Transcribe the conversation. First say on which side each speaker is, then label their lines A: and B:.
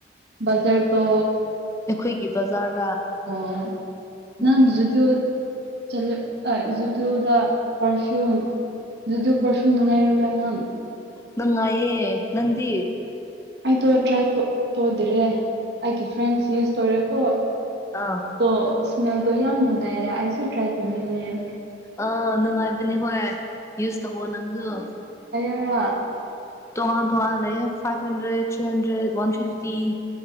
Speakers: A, on the right (about 60°); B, on the left (about 15°).
A: ꯕꯖꯔ ꯇꯣ
B: ꯑꯩꯈꯣꯏꯒꯤ ꯕꯖꯥꯔꯗ
A: ꯑꯣ ꯅꯪ
B: ꯎꯝ
A: ꯖꯨꯗꯤꯑꯣ ꯆꯠꯂꯦ ꯑꯥ ꯖꯨꯗꯤꯑꯣꯗ ꯄꯔꯐꯤꯌꯨꯝ ꯖꯨꯗꯤꯑꯣ ꯄꯔꯐꯤꯌꯨꯝ ꯅꯨꯡꯉꯥꯏꯔꯕ꯭ꯔꯥ ꯅꯪ
B: ꯅꯨꯡꯉꯥꯏꯌꯦ ꯅꯪꯗꯤ
A: ꯑꯩꯗꯣ ꯇ꯭ꯔꯥꯏ ꯇꯧꯗꯔꯦ ꯑꯩꯒꯤ ꯐ꯭ꯔꯦꯟꯁ ꯌꯨꯁ ꯇꯧꯔꯦꯀꯣ
B: ꯑꯥ
A: ꯑꯣ ꯏꯁꯃꯦꯜꯗꯣ ꯌꯥꯝ ꯅꯨꯡꯉꯥꯏꯔꯦ ꯑꯩꯁꯨ ꯇ꯭ꯔꯥꯏ ꯇꯧꯅꯤꯡꯉꯦ
B: ꯑꯥ ꯅꯨꯡꯉꯥꯏꯕꯅꯤ ꯍꯣꯏ ꯌꯨꯁ ꯇꯧꯑꯣ ꯅꯪꯁꯨ
A: ꯑꯩꯔꯥ
B: ꯇꯣꯉ ꯇꯣꯉ ꯂꯩꯌꯦ five hundred three hundred one fifty